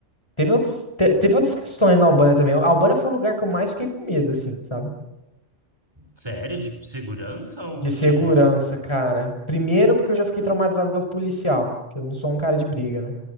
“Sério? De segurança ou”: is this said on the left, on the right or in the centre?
Right